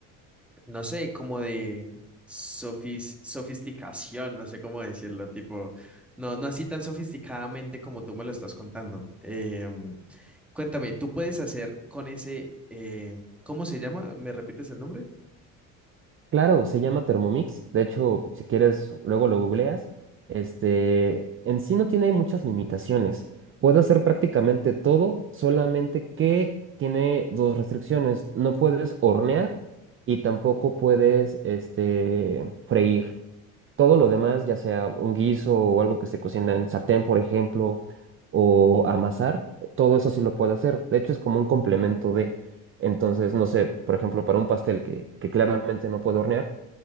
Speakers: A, in the centre; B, on the right (about 35°).
A: no sé, como de sofis- sofisticación, no sé cómo decirlo, tipo, no, no así tan sofisticadamente como tú me lo estás contando. Em, cuéntame, ¿tú puedes hacer con ese, eh, ¿cómo se llama? ¿Me repites el nombre?
B: Claro, se llama Thermomix. De hecho, si quieres, luego lo googleas. Este, en sí no tiene muchas limitaciones. Puede hacer prácticamente todo, solamente que tiene dos restricciones. No puedes hornear y tampoco puedes, este, freír. Todo lo demás, ya sea un guiso o algo que se cocina en sartén, por ejemplo, o amasar, todo eso sí lo puede hacer. De hecho, es como un complemento de. Entonces, no sé, por ejemplo, para un pastel que, que claramente no puedo hornear,